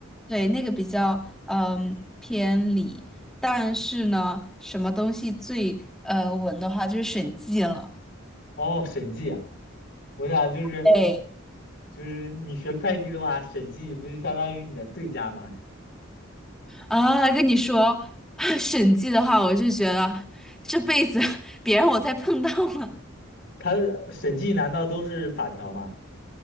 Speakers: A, in the centre; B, on the left (about 60°).
A: 对，那个比较嗯偏理。但是呢，什么东西最呃稳的话就是审计了。
B: 哦，审计啊，我想就是
A: 对
B: 就是你学会计的话，审计不就相当于你的对家吗？
A: 啊，跟你说，<laughs> 审计的话，我就觉得这辈子 <laughs> 别让我再碰到了。
B: 它审计难道都是法条吗？